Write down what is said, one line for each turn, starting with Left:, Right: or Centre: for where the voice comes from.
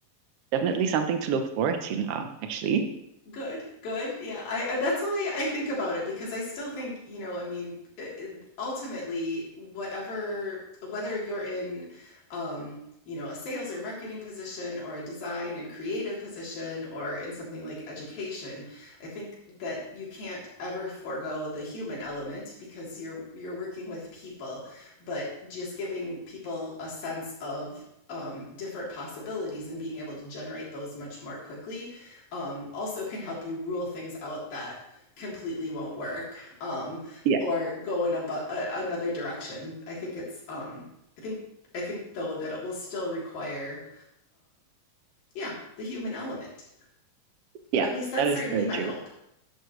Right: Definitely something to look forward to now, actually.
Left: Good, good. Yeah, I, I- that's the way I think about it because I still think, you know, I mean, it- it- ultimately, whatever, whether you're in, um, you know, a sales or marketing position or a design and creative position or in something like education, I think that you can't ever forego the human element because you're you're working with people, but just giving people a sense of um, different possibilities and being able to generate those much more quickly um, also can help you rule things out that completely won't work um,
Right: Yeah,
Left: or go in a bu- a- another direction. I think it's um, I think I think though that it will still require yeah the human element
Right: yeah,
Left: or at least that's
Right: that is
Left: certainly
Right: so
Left: my
Right: true.
Left: hope.